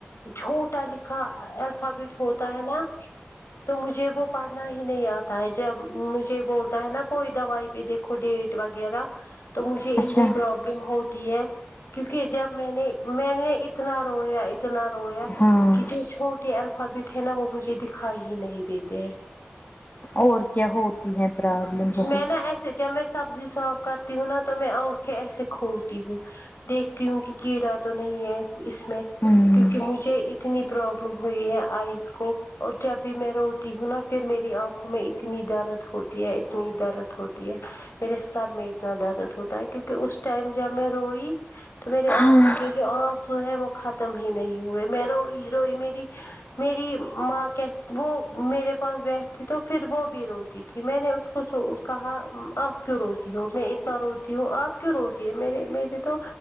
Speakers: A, on the left (about 75°); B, on the left (about 45°).
A: چھوٹا لکھا بٹ ہوتا ہے نا تو مجھے وہ پڑھنا ہی نہیں آتا ہے جب مجھے بولتا ہے نا کوئی دوائی پہ دیکھو ڈیٹ وغیرہ تو مجھے
B: اچھا
A: اتنی پر بلم ہوتی ہے کیونکہ جب میں نے میں نے اتنا رویا ات اتنا رویا
B: ہاں
A: کہ جو چھوٹی الفابیٹ ہے نا وہ مجھے دکھائی ہی نہیں دیتے ہیں
B: اور کیا ہوتی ہیں پرابلم بہت
A: میں نا ایسے جب میں سبزی صاف کرتی ہوں نا تو میں آنکھیں ایسے کھولتی ہوں دیکھتی ہوں کہ کیڑا تو نہیں ہے اس میں
B: ہوں
A: کیونکہ مجھے اتنی پروابلم ہوئی ہے آئز کو اور جب بھی میں روتی ہوں نا پھر میری آنکھوں میں اتنی درد ہوتی ہے اتنی درد ہوتی ہے میرے سر میں اتنا درد ہوتا ہے کیونکہ اس ٹائم جب میں روئی تو میری
B: ہاں
A: آنکھوں کی جو آنسو ہے وہ ختم ہی نہیں ہوئے میں روئی روئی میری میری ماں کہ وہ میرے پاس بیٹھتی تو پھر وہ بھی روتی تھی میں نے اس کو کہا آپ کیوں روتی ہو میں اتنا روتی ہوں آپ کیوں روتی ہے میرے میرے تو